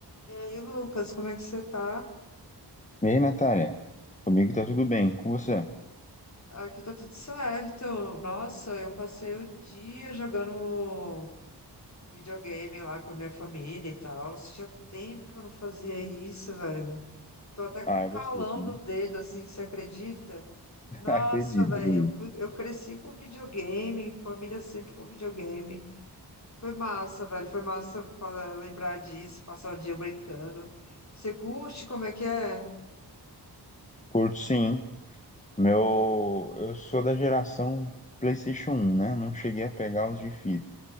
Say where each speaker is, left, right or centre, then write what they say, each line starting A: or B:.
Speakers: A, on the left; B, on the left.
A: E aí, Lucas, como é que você tá?
B: E aí, Natália? Comigo tá tudo bem, com você?
A: Aqui tá tudo certo. Nossa, eu passei o dia jogando videogame lá com a minha família e tal. Tinha tempo que eu não fazia isso, velho. Tô até com
B: Ah,
A: um
B: é
A: calão
B: gostoso, né?
A: no dedo, assim, você acredita?
B: <laughs>
A: Nossa,
B: Acredito,
A: velho,
B: acredito.
A: eu fui- eu cresci com videogame, família sempre com videogame. Foi massa, velho, foi massa para lembrar disso, passar o dia brincando. Você curte? Como é que é?
B: Curto sim. Meu, eu sou da geração PlayStation um, né? Não cheguei a pegar os de fita.